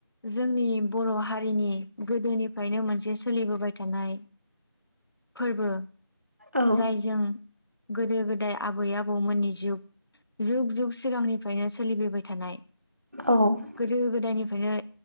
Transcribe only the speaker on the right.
औ
औ उम